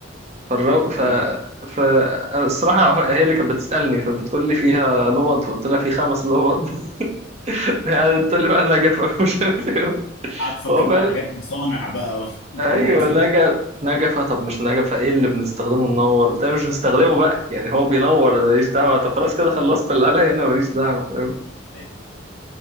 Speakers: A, on the right; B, on the left.
A: فالرو... ف...
B: امم
A: ف الصراحة هي اللي كانت بتسألني فبتقول لي فيها لمض فقلت لها في خمس لمض <laughs> يعني تقول لي بقى نجفة <laughs> مش عارف ايه
B: قاعد تفكر
A: هو
B: بقى
A: فعلا
B: في حاجات مصانع بقى <laughs>
A: ايوه
B: واوض
A: نجف نجفة طب مش نجفة ايه اللي بنستخدمه ننور قلت لها مش بنستخدمه بقى يعني هو بينور أنا ماليش دعوة طب خلاص كده خلصت اللي عليا هنا ماليش دعوة فاهم؟
B: أيوة.